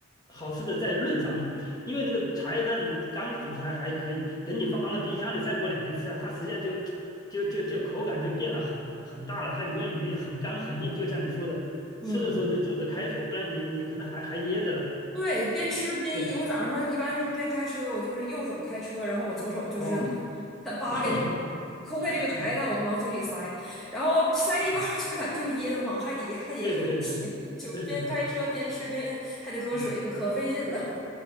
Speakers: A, on the left (about 20°); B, in the centre.
A: 好吃的在论上面，因为这个茶叶蛋刚煮出来还可以，等你放到冰箱里再过两天吃啊，它实际上就就就就口感就变得很很大了，它因为里面很干很硬，就像你说的，
B: 嗯，
A: 吃的时候都就着开水，不然你你可能还还噎着了。
B: 对，边吃边一，
A: 对，
B: 我早上一般是边开车，我就是右手开车，然后我左手就是
A: 哦，
B: <laughs> 它扒开这个。
A: <laughs>
B: 抠开这个茶叶蛋，
A: 哦，
B: 我就往嘴里塞，然后塞一半儿就感就噎得慌，
A: 哦
B: 还得还得喝点水，
A: 对对对
B: <laughs> 就边开车边吃边还得喝水，
A: 对对对对，
B: 就可费劲了。